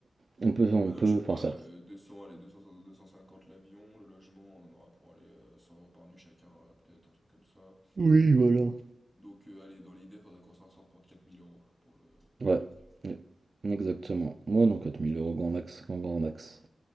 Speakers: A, on the right; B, in the centre.
A: on peut, on
B: Maintenant,
A: peut,
B: tu vois,
A: enfin, ça.
B: euh, 200 allez, deux cents, deux cent cinquante l'avion, le logement, on en aura pour aller euh, 100 euros par nuit chacun, euh, peut-être, un truc comme ça.
A: Oui, voilà.
B: Donc, euh, allez, dans l'idée, faudrait qu'on s'en sorte pour 4000 euros pour le,
A: Ouais,
B: pour le truc
A: ouais, exactement. Moi,
B: plus.
A: non, 4000 euros grand max, grand grand max.